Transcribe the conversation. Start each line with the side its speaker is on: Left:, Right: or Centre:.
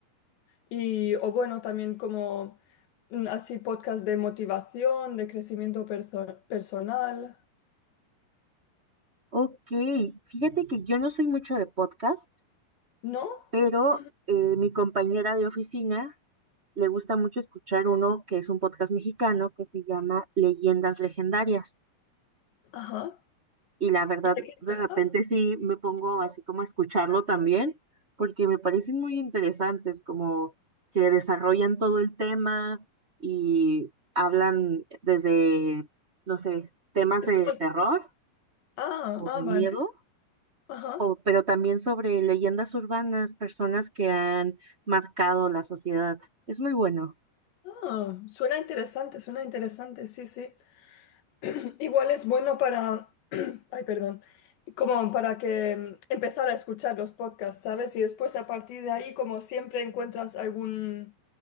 Left: Y, o bueno, también como mm, así podcast de motivación, de crecimiento perso- personal,
Right: Ok, fíjate que yo no soy mucho de podcast,
Left: ¿no?
Right: pero
Left: Ujú.
Right: eh, mi compañera de oficina le gusta mucho escuchar uno que es un podcast mexicano que se llama Leyendas Legendarias.
Left: Ajá.
Right: Y la verdad,
Left: ¿Y de qué
Right: de
Left: trata?
Right: repente sí me pongo así como a escucharlo también, porque me parecen muy interesantes, como que desarrollan todo el tema y hablan desde, no sé, temas
Left: Es
Right: de
Left: como...
Right: terror
Left: Ah,
Right: o
Left: ah,
Right: de miedo
Left: vale. Ajá.
Right: o- pero también sobre leyendas urbanas, personas que han marcado la sociedad. Es muy bueno.
Left: Ah, suena interesante, suena interesante, sí, sí. <clears throat> Igual es bueno para... <clears throat> Ay, perdón. Como para que mm, empezar a escuchar los podcasts, ¿sabes? Y después a partir de ahí, como siempre, encuentras algún,